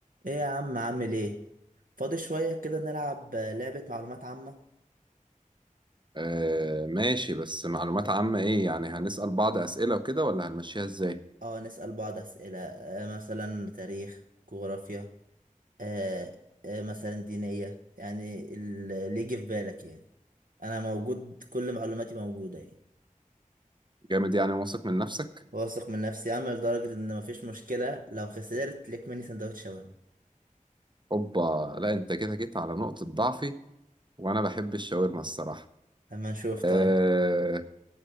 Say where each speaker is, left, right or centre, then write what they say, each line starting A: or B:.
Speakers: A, on the right; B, on the right.
A: ايه يا عم عامل ايه فاضي شوية كده نلعب آه، لعبة معلومات عامة
B: آه ماشي بس معلومات عامة ايه يعني هنسأل بعض أسئلة وكده ولا هنمشيها ازاي
A: اه نسأل بعض أسئلة آه مثلا تاريخ جغرافيا آه آه مثلا دينية يعني اللي اللي يجي في بالك يعني انا موجود كل معلوماتي موجودة يعني
B: جامد يعني واثق من نفسك
A: واثق من نفسي عامل لدرجة ان مفيش مشكلة لو خسرت ليك مني سندوتش شاورما
B: اوبا لا انت كده جيت على نقطة ضعفي وانا بحب الشاورما الصراحة
A: اما نشوف طيب
B: آه